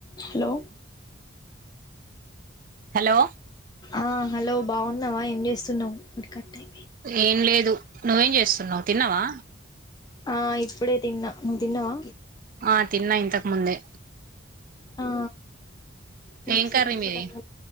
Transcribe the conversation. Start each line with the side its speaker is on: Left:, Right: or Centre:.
Left: Hello
Right: hello
Left: ఆ hello బాగున్నావా ఏం చేస్తున్నవు ఒకటి కట్టయి
Right: ఏంలేదు. నువ్వేం చేస్తున్నవు తిన్నవా.
Left: ఆ ఇప్పుడే తిన్నా. నువ్వు తిన్నవా?
Right: ఆ తిన్నా ఇంతకు ముందే.
Left: ఆ టూ
Right: ఏం
Left: సెకండ్స్
Right: కర్రీ మీది
Left: కే కట్